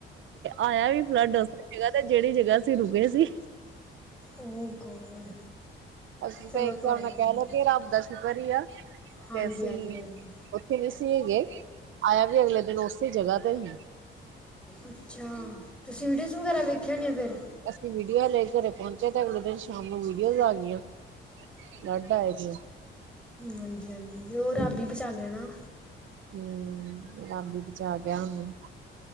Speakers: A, on the right; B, in the centre.
A: ਆਇਆ ਵੀ ਪਲਾ ਡਸ ਜਗ੍ਹਾ ਤੇ ਜਿਹੜੀ ਜਗ੍ਹਾ ਅਸੀਂ ਰੁਕੇ ਸੀ।
B: ਓ ਗੋਡ
A: ਅਸੀਂ
B: ਚਲੋ
A: ਤਾਂ ਇੱਕ
B: ਕੋਈ
A: ਹਿਸਾਬ
B: ਨਹੀਂ
A: ਨਾਲ ਕਹਿ ਲਓ ਕਿ ਰੱਬ ਦੱਸ ਸੁਪਰੀਆ ਕਿ
B: ਹਾਂਜੀ
A: ਅਸੀਂ
B: ਹਾਂਜੀ ਹਾਂਜੀ
A: ਉੱਥੇ ਨਹੀਂ ਸੀ ਹੈਗੇ, ਆਇਆ ਵੀ ਅਗਲੇ ਦਿਨ ਦਿਨ ਉਸੇ ਜਗ੍ਹਾ ਤੇ ਹੀ
B: ਅੱਛਾ। ਤੁਸੀਂ ਵੀਡੀਓਜ਼ ਵਗੈਰਾ ਵੇਖੇ ਹੋਣੇ ਆ ਫਿਰ
A: ਅਸੀਂ ਵੀਡੀਓ ਲੈ ਘਰੇ ਪਹੁੰਚਿਆ, ਤੇ ਅਗਲੇ ਦਿਨ ਸ਼ਾਮ ਨੂੰ ਵੀਡੀਓਜ਼ ਆ ਗਈਆਂ। ਲਦਾ ਆਏਦੀ।
B: ਹਾਂਜੀ ਹਾਂਜੀ ਉਹ ਰੱਬ ਬਚਾਗੇ ਨਾ।
A: ਹਮ, ਰੱਬ ਜਾ ਗਿਆ ਹੂੰ।